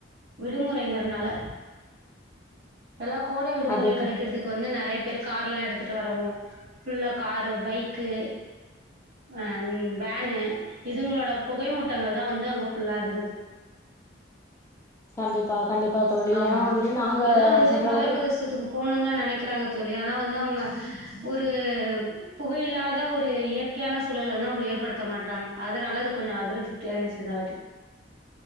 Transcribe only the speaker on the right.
விடுமுறைங்கறனால எல்லா கோடை விடுமுறைய
கழிக்கிறதுக்கு வந்து நறையா பேரு கார்லா எடுத்துட்டு வரவு ஃபுல்லா காரு பைக்கு அ ன் வேனு இதுங்களோட புகை மூட்டங்கள் தா வந்து அங்க ஃபுல்லா இருந்துது
ஆமாம்
எல்லா வந்து
மல
பிரதேசத்துக்கு போகணுன் தா நெனைக் கிறாங்க தோழி ஆனா வந்து அவங்க ஒரு புகயில்லாத ஒரு இயற்க்யான சூலல வந்து அவுங்க ஏற்படுத்த மாட்றாங்க அதுனால அது கொஞ்சொ அதுறது தியார்னிஷ் இந்த வாட்டி